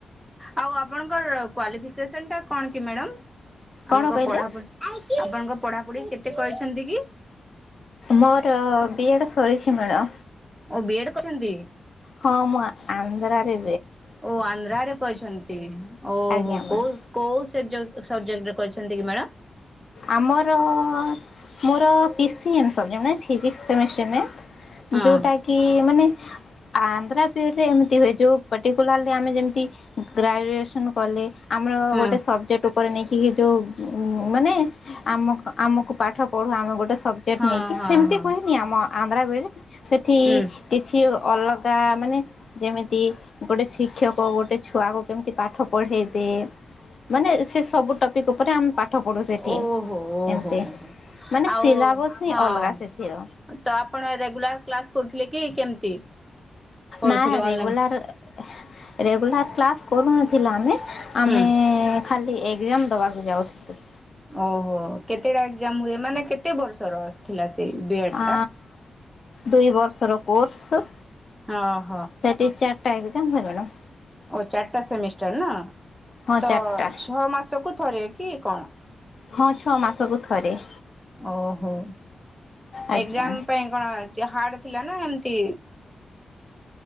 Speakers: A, in the centre; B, on the left.
A: ଆଉ ଆପଣଙ୍କର କ୍ଵାଲିଫିକେସନ ଟା କଣ କି ମ୍ୟାଡ଼ାମ?
B: କଣ
A: ଆମଙ୍କ
B: କହିଲେ?
A: ପଢାପଢି ଆପଣଙ୍କ ପଢାପଢି କେତେ କରିଛନ୍ତି କି?
B: ମୋର। ବିଏଡ୍ ସରିଛି ମ୍ୟାଡ଼
A: ଓ ବିଏଡ୍ କରଛନ୍ତି।
B: ହଁ ମୁଁ ଆନ୍ଧ୍ର। ରେ
A: ଓ ଆନ୍ଧ୍ରରେ କରିଛନ୍ତି ଓହୋ
B: ଆଜ୍ଞା ମ୍ୟାମ୍
A: କୋଉ କୋଉ ସେ ସବଜେକ୍ଟରେ କରିଛନ୍ତି। କି ମ୍ୟାଡ଼ାମ?
B: ଆମର ଅ ମୋର ପି ସି ଏମ୍ ସବଜେକ୍ଟ ମାନେ ଫିଜିକ୍ସ କେମିଷ୍ଟ୍ରି ନୁଏ।
A: ହଁ
B: ଯୋଉଟା କି ମାନେ ଆନ୍ଧ୍ରା। ବିଏଡ୍ ଏମତି ହୁଏ ଯେଉ ପର୍ଟିକୁଲାର ଆମେ ଯେମିତି ଗ୍ରାଜୁଏସନ୍ କଲେ। ଆମର
A: ହଁ
B: ଗୋଟେ ସବଜେକ୍ଟ ଉ ପରେ ନେଖିକି ଯୋଉ। ଉ ମାନେ ଆମ ଆମକୁ ପାଠ ପଢୁ ଆମେ ଗୋଟେ ସବଜେକ୍ଟ
A: ହଁ
B: ନେଇକି
A: ହଁ
B: ସେମିତି
A: ହଁ
B: ହୁଏନି ଆମ ଆନ୍ଧ୍ରାବେଳେ। ସେଠି
A: ହୁଁ।
B: କିଛି ଓ ଅଲଗା ମାନେ ଯେମିତି ଗୋଟେ ଶିକ୍ଷକ ଗୋଟେ ଛୁଆକୁ କେମିତି ପାଠ ପଢ଼େଇବେ। ମାନେ ସେ ସବୁ ଟପିକ୍ ଉପରେ ଆମ ପାଠ ପଢୁ ସେଠି
A: ଓହୋ ଓହୋ
B: ଏମିତି ମାନେ
A: ଆଉ
B: ସିଲାବସ୍ ହିଁ
A: ହଁ
B: ଅଲଗା ସେଥିର।
A: ତ ଆପଣ ରେଗୁଲାର କ୍ଲାସ କରୁଥିଲେ। କି କେମିତି କରୁଥିଲେ
B: ନାଇଁ ରେଗୁଲାର
A: ଅନଲାଇନ୍
B: ରେଗୁଲାର କ୍ଲାସ କରୁନଥିଲା ଆମେ। ଆମେ
A: ହୁଁ।
B: ଏଁ ଖାଲି ଏକ୍ଜାମ ଦବାକୁ। ଯାଉଥିଲୁ।
A: ଓହୋ କେତେଟା ଏକ୍ଜାମ ହୁଏ। ମାନେ କେତେ ବର୍ଷରଥିଲା ସୋ ବିଏଡ୍
B: ଆଁ
A: ଟା।
B: ଦୁଇ ବର୍ଷର କୋର୍ସ।
A: ହଁ।
B: ସେଠି ଚା ରିଟା ହୁଏ ମ୍ୟାଡ଼
A: ଓ ଚାରିଟା ସେମିଷ୍ଟାର ନା।
B: ହଁ
A: ତ
B: ଚାରିଟା
A: ଛଅ ମାସ କୁ ଥରେ କି କଣ।
B: ହଁ ଛଅ ମାସକୁ ଥରେ।
A: ଓହୋ
B: ଆଜ୍ଞା।
A: ଏକ୍ଜାମ ପାଇଁ କଣ। ହାଡ୍ ଥିଲା ନା ଏମତି।